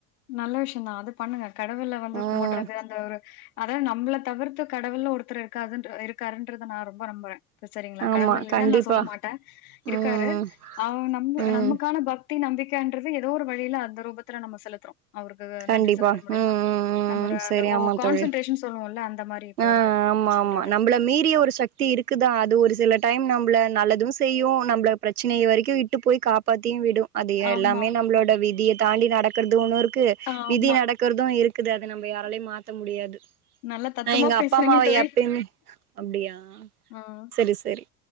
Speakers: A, on the left; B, on the right.
A: நல்ல விஷயொதா அது பண்ணுங்க கடவுள வந்து
B: ம்
A: கமுட்றது அந்த ஒரு அதா நம்மள தவிர்த்து கடவுள்னு ஒருத்தர் இருக்காதுன்ற இருக்காருன்றத நா ரொம்ப நம்புறே சரிங்களா
B: ஆமா
A: கடவுளள்
B: கண்டிப்பா
A: இல்லன் நா சொல்ல மாட்டே இருக்காரு
B: ம்
A: அவ நம்ப்
B: ம்
A: நமக்கான பக் தி நம்பிக்கன்றது ஏதோ ஒரு வழியில அந்த ரூபத்துல நம்ம செலுத்துறோ அவருக்கு
B: கண்டிப்பா
A: நன்றி செலுத்தல் முடியுமா
B: ம் ம் ம்
A: நம்மளோட
B: சரி
A: அந்த ஓ
B: ஆமா
A: கான்சென்ட்ரேஷன்
B: தோழி
A: சொல்லுவோல்ல அந்த மாரி
B: ஆ
A: போறது
B: ஆமா
A: சொல்றது.
B: ஆமா நம்பள மீறிய ஒரு சக்தி இருக்குதா அது ஒரு சில டைம் நம் ப்ள நல்லது செய்யு நம்ப்ள பிரச்சனைய வரைக்கு விட்டு போய் காப்பாத்தியு விடு அது
A: ஆமா,
B: எல்லாமே நம்ளோட விதிய தாண்டி நடக்குறது ஒன்னுருக்கு
A: ஆமா.
B: விதி நடக்கறது இருக்குது அத நம்ப யாராலயு மாத்த முடியாது
A: நல்லா தத்துவமா
B: நா எங்க
A: பேசுறீங்க
B: அப்பா அம்மாவ
A: தோழி.
B: எப்பயுமே அப்டியா
A: ஆ.
B: சரி சரி